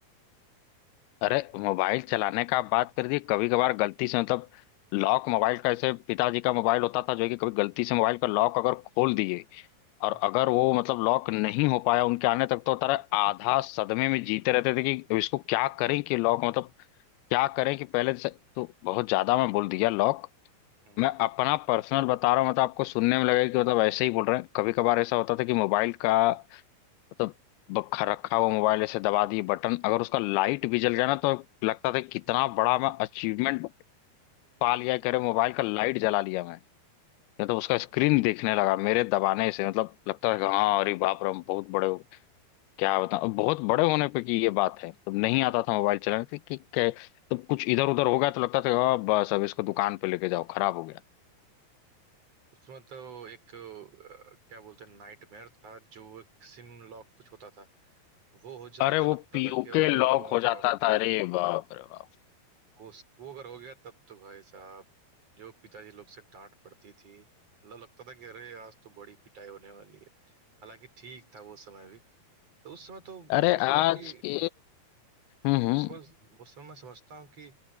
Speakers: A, on the left; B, on the right.
A: अरे मोबाइल चलाने का आप बात कर दी कभी कभार गलती से मतलब लॉक मोबाइल का ऐसे पिताजी का मोबाइल होता था जो है कि कभी गलती से मोबाइल का लॉक अगर खोल दिए और
B: हम्म
A: अगर वो मतलब लॉक नहीं हो पाया उनके आने तक तो तारा
B: <laughs>
A: आधा सदमे में जीते रहते थे कि इसको क्या करें कि लॉक मतलब क्या करें कि पहले से तो बहुत ज्यादा मैं बोल दिया लॉक
B: हम्म,
A: मैं अपना पर्सनल बता रहा हूँ मतलब आपको सुनने में लगेगा कि मतलब ऐसे ही बोल रहे हैं कभी कभार ऐसा होता था कि मोबाइल का मतलब ब- ख- रखा हुआ मोबाइल ऐसे दबा दिए बटन अगर उसका लाइट भी जल गया ना तो लगता था कितना बड़ा मैं अचीवमेंट पा लिया करे मोबाइल का लाइट जला लिया मैं या तो उसका स्क्रीन देखने लगा मेरे दबाने से मतलब लगता था कि हाँ अरे बाप रे हम बहुत बड़े हो क्या बताऊं बहुत बड़े होने पे की ये बात है तब नहीं आता था मोबाइल चलाने कि, कि, कि तब कुछ इधर उधर हो गया तो लगता था "आ, बस अब इसको दुकान पे लेके जाओ खराब हो गया
B: उसमें तो एक अ, क्या बोलते हैं नाइटमेयर था जो एक सिम लॉक कुछ होता था वो हो जाता
A: अरे
B: तो लगता
A: वो पीयूके
B: था कि अरे
A: लॉक
B: बाप
A: हो जाता
B: रे बाप
A: था अरे बाप रे बाप
B: उस वो अगर हो गया तब तो भाई साहब जो पिताजी लोग से डांट पड़ती थी मतलब लगता था कि अरे आज तो बड़ी पिटाई होने वाली है हालांकि ठीक था वो समय भी तो उस समय तो मैं
A: अरे
B: समझता
A: आज
B: हूँ कि
A: के हम्म हम्म
B: उस समय उस समय मैं समझता हूँ कि